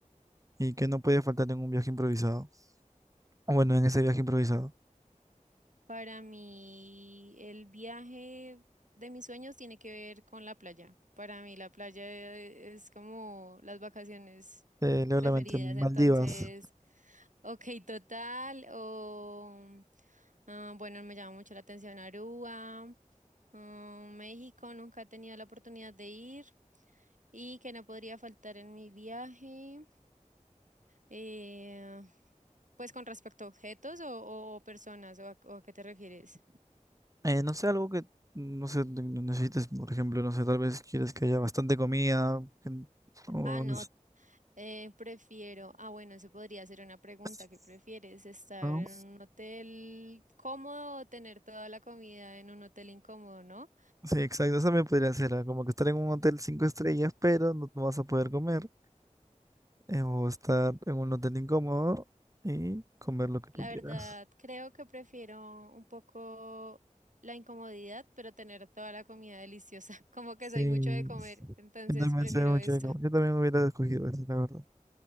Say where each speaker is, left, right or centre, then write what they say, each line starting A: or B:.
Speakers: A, on the right; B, on the right.
A: ¿Y qué no puede faltar en un viaje improvisado? Bueno, en ese viaje improvisado.
B: Para mí, el viaje de mis sueños tiene que ver con la playa. Para mí, la playa es como las vacaciones
A: Eh, leo
B: preferidas.
A: la mente, Maldivas.
B: Entonces, ok, total, o ah, bueno, me llama mucho la atención Aruba, ah, México, nunca he tenido la oportunidad de ir y que no podría faltar en mi viaje. Eh, pues con respecto a objetos o, o o personas, o a, o a qué te refieres?
A: Eh, no sé, algo que, no sé, ne- ne- necesites, por ejemplo, no sé, tal vez quieres que haya bastante comida, que n- o
B: Ah, no,
A: no sé,
B: eh, prefiero, ah, bueno, eso podría ser una pregunta,
A: <laughs>
B: ¿qué prefieres? ¿Estar
A: ¿no?
B: en un hotel cómodo o tener toda la comida en un hotel incómodo, no?
A: Sí, exacto, esa me podría ser, ah, como que estar en un hotel cinco estrellas, pero no, no vas a poder comer, eh, o estar en un hotel incómodo y comer lo que tú
B: La
A: quieras.
B: verdad, creo que prefiero un poco la incomodidad, pero tener toda la comida deliciosa. <laughs> Como que
A: Sí,
B: soy mucho de comer, entonces
A: yo también
B: prefiero
A: sé mucho
B: esto.
A: de comer, yo también hubiera escogido eso, la verdad.